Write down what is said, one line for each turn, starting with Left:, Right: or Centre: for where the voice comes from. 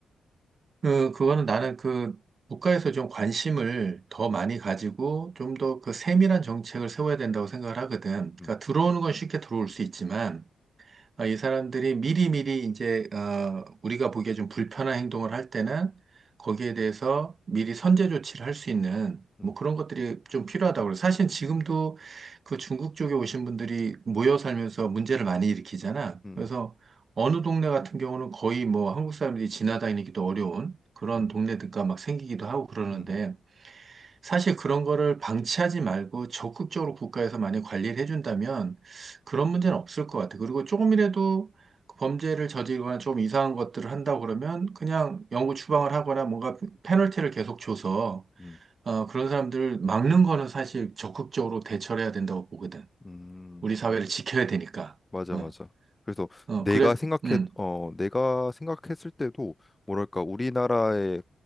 Right: 그, 그거는 나는 그 국가에서 좀 관심을 더 많이 가지고 좀 더 그 세밀한 정책을 세워야 된다고 생각을 하거든. 그러니까
Left: 음,
Right: 들어오는 건 쉽게 들어올 수 있지만 어, 이 사람들이 미리미리 이제 어, 우리가 보기에 좀 불편한 행동을 할 때는 거기에 대해서 미리 선제 조치를 할 수 있는
Left: 음,
Right: 뭐 그런 것들이 좀 필요하다고 그래요. 사실 지금도 그 중국 쪽에 오신 분들이 모여 살면서 문제를 많이 일으키잖아.
Left: 음,
Right: 그래서 어느 동네 같은 경우는 거의 뭐 한국 사람들이 지나다니기도 어려운 그런
Left: 음,
Right: 동네들과 막 생기기도 하고 그러는데
Left: 음,
Right: 사실 그런 거를 방치하지 말고 적극적으로 국가에서 많이 관리를 해준다면 그런 문제는 없을 것 같아요. 그리고 조금이라도 그 범죄를 저지르거나 좀 이상한 것들을 한다고 그러면 그냥 영구 추방을 하거나 뭔가 페널티를 계속 줘서
Left: 음,
Right: 어, 그런 사람들을 막는 거는 사실 적극적으로 대처를 해야 된다고 보거든.
Left: 음,
Right: 우리 사회를
Left: 음,
Right: 지켜야 되니까.
Left: 맞아,
Right: 어,
Left: 맞아. 그래서
Right: 어,
Left: 내가
Right: 그래서,
Left: 생각해,
Right: 음,
Left: 어, 내가 생각했을 때도 뭐랄까 우리나라의